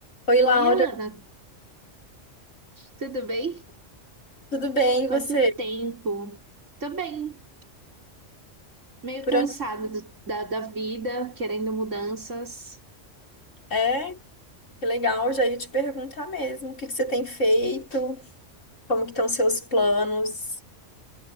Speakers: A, on the left (about 90°); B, on the right (about 85°).
A: Oi, Laura,
B: Oi, Ana, tudo bem?
A: tudo bem? E
B: Quanto
A: você?
B: tempo? Tô bem, meio
A: Por
B: cansada
A: onde?
B: do- da, da vida, querendo mudanças.
A: É, que legal, já ia te perguntar mesmo, o que que você tem feito? Como que estão seus planos?